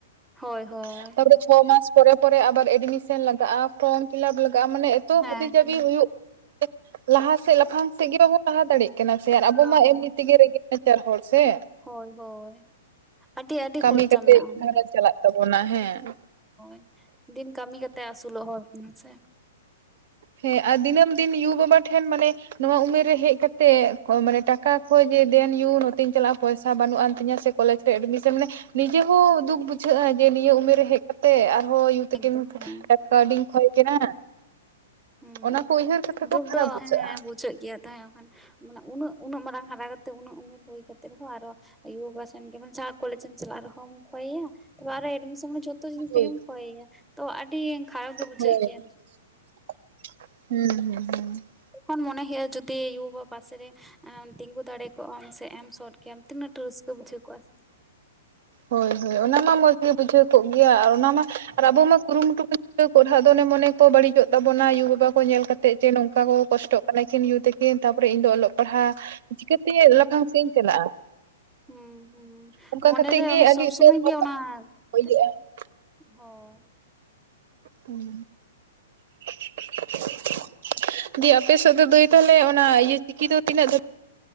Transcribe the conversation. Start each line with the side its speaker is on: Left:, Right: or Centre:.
Centre: ᱦᱳᱭ ᱦᱳᱭ
Right: ᱛᱟᱯᱚᱨᱮ ᱪᱷᱚ ᱢᱟᱥ ᱯᱚᱨᱮ ᱯᱚᱨᱮ ᱟᱵᱟᱨ ᱮᱰᱢᱤᱥᱚᱱ ᱞᱟᱜᱟᱜᱼᱟ ᱯᱷᱚᱨᱚᱢ ᱯᱷᱤᱞᱟᱯ ᱞᱟᱜᱟᱜᱼᱟ ᱢᱟᱱᱮ ᱡᱚ
Centre: ᱦᱮᱸ
Right: ᱦᱟᱹᱵᱤ ᱡᱟᱹᱵᱤ
Centre: ᱦᱮᱸ
Right: ᱦᱩᱭᱩᱜ ᱞᱟᱦᱟ ᱥᱮᱫ ᱞᱟᱯᱷᱟᱝ ᱥᱮᱫ ᱜᱮ ᱵᱟᱵᱚ ᱞᱟᱦᱟ ᱫᱟᱲᱮ ᱠᱟᱱᱟ ᱥᱮ ᱟᱨ ᱟᱵᱚ
Centre: ᱵᱟᱝᱢᱟ
Right: ᱢᱟ ᱮᱢᱱᱤ ᱛᱮᱜᱮ ᱨᱮᱜᱮᱡ ᱱᱟᱪᱟᱨ ᱦᱚᱲ ᱥᱮ
Centre: ᱦᱳᱭ ᱦᱳᱭ ᱟᱹᱰᱤ ᱟᱹᱰᱤ
Right: ᱠᱟᱹᱢᱤ
Centre: ᱠᱷᱚᱨᱪᱟ
Right: ᱠᱟᱛᱮᱜ
Centre: ᱢᱮᱱᱟᱜᱼᱟ
Right: ᱜᱷᱟᱨᱚᱸᱡᱽ
Centre: ᱾
Right: ᱪᱟᱞᱟᱜ ᱛᱟᱵᱚᱱᱟ ᱦᱮᱸ
Centre: ᱦᱳᱭ ᱫᱤᱱ ᱠᱟᱹᱢᱤ ᱠᱟᱛᱮ ᱟᱹᱥᱩᱞᱚᱜ ᱦᱚᱲ ᱠᱟᱱᱟ ᱥᱮ
Right: ᱦᱮᱸ ᱟᱨ ᱫᱤᱱᱟᱹᱢ ᱫᱤᱱ ᱭᱩ ᱵᱟᱵᱟ ᱴᱷᱮᱱ ᱢᱟᱱᱮ ᱱᱚᱣᱟ ᱩᱢᱮᱨ ᱨᱮ ᱦᱮᱡ ᱠᱟᱛᱮᱜ ᱢᱟᱱᱮ ᱴᱟᱠᱟ ᱠᱷᱚᱭ ᱡᱮ ᱫᱮᱱ ᱧᱩ ᱱᱚᱛᱮᱧ ᱪᱟᱞᱟᱜᱼᱟ ᱯᱚᱭᱥᱟ ᱵᱟᱹᱱᱩᱜ ᱟᱱ ᱛᱤᱧᱟ ᱥᱮ ᱠᱚᱞᱮᱡᱽ ᱨᱮ ᱮᱰᱢᱤᱥᱮᱱ ᱢᱟᱱᱮ ᱱᱤᱡᱮ ᱦᱚᱸ ᱫᱩᱠ ᱵᱩᱡᱷᱟᱹᱜᱼᱟ ᱡᱮ ᱱᱤᱭᱟᱹ ᱩᱢᱮᱨ ᱨᱮ ᱦᱮᱡ ᱠᱟᱛᱮ ᱟᱨᱦᱚᱸᱛ ᱭᱩ ᱛᱤᱠᱤᱱ
Centre: ᱮᱠᱫᱚᱢ ᱦᱮᱸ
Right: ᱠᱟᱹᱣᱰᱤᱧ ᱠᱷᱚᱭ ᱠᱤᱱᱟ
Centre: ᱦᱩᱸ
Right: ᱚᱱᱟ ᱠᱚ ᱩᱭᱦᱟᱹᱨ ᱠᱟᱛᱮ ᱦᱚᱸ
Centre: ᱫᱩᱠ
Right: ᱠᱷᱟᱨᱟᱯ
Centre: ᱫᱚ
Right: ᱵᱩᱡᱷᱟᱹᱜᱼᱟ᱾
Centre: ᱦᱮᱸ ᱵᱩᱡᱷᱟᱹᱜ ᱜᱤᱭᱟ ᱦᱮᱸ ᱛᱟᱦᱮᱭᱠᱷᱟᱱ ᱢᱟᱱᱮ ᱩᱱᱟᱹᱜ ᱩᱱᱟᱹᱜ ᱢᱟᱨᱟᱝ ᱦᱟᱨᱟ ᱠᱟᱛᱮ ᱩᱱᱟᱹᱜ ᱩᱢᱮᱨ ᱦᱩᱭ ᱠᱟᱛᱮ ᱨᱮᱦᱚᱸ ᱟᱨᱦᱚ ᱭᱩ ᱵᱟᱵᱟ ᱥᱮᱱᱜᱟᱱ ᱡᱟᱦᱟᱸ ᱠᱚᱞᱮᱡᱽ ᱮᱢ ᱪᱟᱞᱟᱜ ᱟᱨ ᱨᱮᱦᱚᱸᱢ ᱠᱚᱭᱮ-ᱭᱟ᱾ <inaudible> ᱡᱷᱚᱛᱚ ᱡᱤᱱᱛᱤᱜᱤᱢ
Right: ᱦᱳᱭ
Centre: ᱠᱷᱚᱭ ᱭᱟ ᱛᱚ ᱟᱹᱰᱤ ᱠᱷᱟᱨᱟᱯ ᱜᱮ ᱵᱩᱡᱷᱟᱹᱜ
Right: ᱦᱳᱭ
Centre: ᱜᱮᱭᱟ᱾
Right: <inaudible> ᱦᱩᱸ
Centre: ᱠᱷᱚᱱ ᱢᱚᱱᱮ ᱦᱩᱭᱩᱜᱟ ᱡᱚᱫᱤ ᱭᱩ ᱵᱟᱵᱟ ᱯᱟᱥᱮ ᱨᱮ ᱟᱢ ᱛᱤᱸᱜᱩ ᱫᱟᱲᱮ ᱠᱚᱜᱼᱟᱢ ᱥᱮ ᱮᱢ ᱥᱚᱫ ᱠᱮᱭᱟᱢ ᱛᱤᱱᱟᱹᱜ ᱴᱟ ᱨᱟᱹᱥᱠᱟᱹ ᱵᱩᱡᱷᱟᱹᱣ ᱠᱚᱜᱟ ᱥᱮ
Right: ᱦᱳᱭ ᱦᱳ ᱚᱱᱟ ᱢᱟ ᱢᱚᱡ ᱜᱮ ᱵᱩᱡᱷᱟᱹᱣ ᱠᱚᱜ ᱜᱤᱭᱟ ᱟᱨ ᱚᱱᱟ ᱢᱟ
Centre: ᱦᱩᱸ
Right: ᱟᱨ ᱟᱵᱚ ᱢᱟ ᱠᱩᱨᱩᱢᱩᱴᱩ ᱠᱚᱲᱦᱟᱜ ᱫᱚ ᱚᱱᱮ ᱢᱚᱱᱮ ᱠᱚ ᱵᱟᱹᱲᱤᱡᱚᱜ ᱛᱟᱵᱚᱱᱟ ᱭᱩ ᱵᱟᱵᱟ ᱠᱚ ᱧᱮᱞ ᱠᱟᱛᱮᱜ ᱡᱮ ᱱᱚᱝᱠᱟ ᱠᱚ ᱠᱚᱥᱴᱚᱜ ᱠᱟᱱᱟᱠᱤᱱ ᱭᱩ ᱛᱟᱹᱠᱤᱱ ᱛᱟᱨᱯᱮ ᱤᱧ ᱫᱚ ᱚᱞᱚᱜ ᱯᱟᱲᱦᱟᱜ ᱪᱤᱠᱟᱹᱛᱮ ᱞᱟᱯᱷᱟᱝ ᱥᱮᱫ ᱤᱧ ᱪᱟᱞᱟᱜᱼᱟ
Centre: ᱦᱩᱸ ᱦᱩᱸ
Right: ᱚᱱᱠᱟ
Centre: ᱢᱚᱱᱮ
Right: ᱠᱟᱛᱮᱜ
Centre: ᱮᱨᱮ
Right: ᱜᱮ
Centre: ᱚᱱᱟ
Right: ᱟᱹᱰᱤ
Centre: ᱥᱚᱵ
Right: ᱩᱛᱟᱹᱨ
Centre: ᱥᱚᱢᱚᱭ
Right: ᱦᱚᱲ
Centre: ᱜᱮ ᱚᱱᱟ ᱛᱮ
Right: ᱤᱭᱟᱹᱜᱼᱟ
Centre: ᱦᱚᱭ
Right: ᱦᱩᱸ <inaudible> ᱫᱤᱭ ᱟᱯᱮ ᱥᱮᱫ ᱫᱚ ᱫᱟᱹᱭ ᱛᱟᱦᱚᱞᱮ ᱚᱱᱟ ᱪᱤᱠᱤ ᱫᱚ ᱛᱤᱱᱟᱹᱜ ᱫᱷᱟᱵᱤᱪ